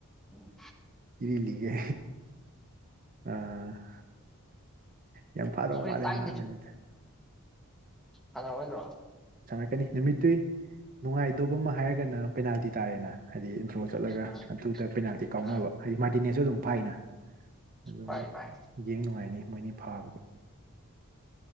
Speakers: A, in the centre; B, on the right.
A: ꯎꯝ
B: ꯏꯔꯤꯂꯤꯒꯦ ꯑ ꯌꯥꯝ ꯐꯥꯗꯧ
A: ꯃꯣꯏꯗꯤ
B: ꯃꯥꯂꯦ
A: ꯇꯥꯏ
B: ꯃꯥꯗꯃꯤ
A: ꯍꯜꯂꯛꯑꯣꯏꯗ꯭ꯔꯣ
B: ꯆꯥꯟ ꯀꯅꯤ ꯅꯨꯃꯤꯠꯇꯨꯏ ꯅꯨꯡꯉꯥꯏꯗꯕ ꯑꯃ ꯍꯥꯏꯔꯒꯅ ꯄꯦꯅꯥꯜꯇꯤ ꯇꯥꯔꯦꯅ ꯍꯥꯏꯗꯤ ꯏꯟꯗ꯭ꯔꯣ ꯆꯠꯂꯒ
A: ꯎꯝ
B: ꯑꯗꯨꯗ ꯄꯦꯅꯥꯜꯇꯤ ꯀꯥꯎꯅꯕ
A: ꯎꯝ
B: ꯍꯥꯏꯗꯤ ꯃꯥꯇꯤꯅꯦꯁꯨ ꯑꯗꯨꯝ ꯐꯥꯏꯅ ꯑꯗꯨꯃ
A: ꯄꯥꯏ ꯄꯥꯏ
B: ꯌꯦꯡ ꯅꯨꯡꯉꯥꯏꯅꯤ ꯃꯣꯏꯅꯤ ꯐꯥꯕꯗꯣ